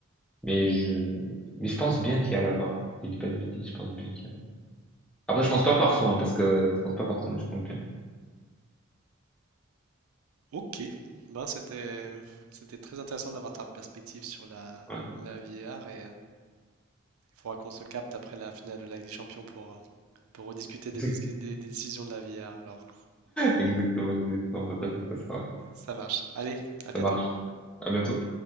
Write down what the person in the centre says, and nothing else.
mais je, mais je pense bien qu'il y a la VAR. Je dis pas de bêtises, je pense bien qu'il y a. Après, je pense pas partout, hein, parce que je pense pas partout, mais je compte bien.
Ouais.
<laughs>
Exactement, exactement. Faut pas que ça,
ça marche. À bientôt.